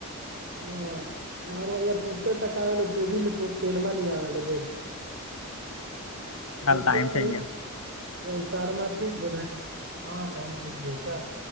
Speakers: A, on the right; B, on the left.
A: હ, મારો અહિયાં તોતેર ટકા આવેલો તો બી મેં ટોપ ટેનમાં નહી આવેલો બોલ. કેમ
B: ચાલ ટાઈમ
A: કે અહીયા
B: થઈ ગયો
A: વલસાડ માંથી જ વધારે ઘણો ટાઈમ થઇ ગયો ચાલ.